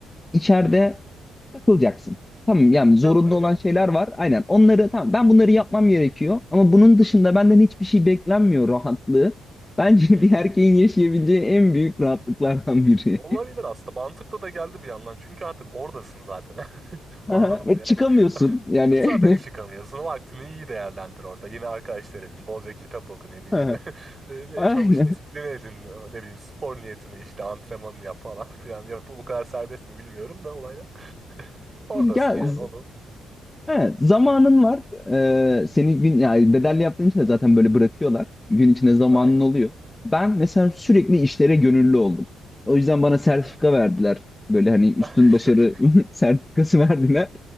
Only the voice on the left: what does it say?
İçeride
takılacaksın. Tamam yani zorunlu
olan şeyler var. Aynen onları tamam ben bunları yapmam gerekiyor. Ama bunun dışında
benden hiçbir şey beklenmiyor rahatlığı. Bence
<laughs> bir erkeğin yaşayabileceği en büyük rahatlıklardan biri.
<laughs>
Aha, Ve
çıkamıyorsun
yani.
<laughs> Aha,
Aynen.
Ya
z-
evet, zamanın var. Ee, seni gün yani bedelli yaptığın için de zaten böyle bırakıyorlar. Gün içinde zamanın
oluyor. Ben mesela sürekli işlere gönüllü oldum. O yüzden bana sertifika
verdiler. Böyle hani üstün
başarı
<laughs> sertifikası verdiler.